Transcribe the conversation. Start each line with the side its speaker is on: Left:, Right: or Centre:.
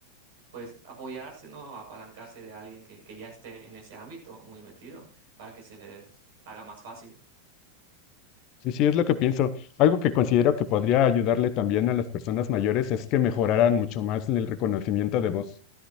Right: pues, apoyarse, ¿no? Apalancarse de alguien que, que ya esté en ese ámbito muy metido para que se les haga más fácil.
Left: sí, sí, es lo que pienso. Algo que considero que podría ayudarle también a las personas mayores es que mejoraran mucho más el reconocimiento de voz.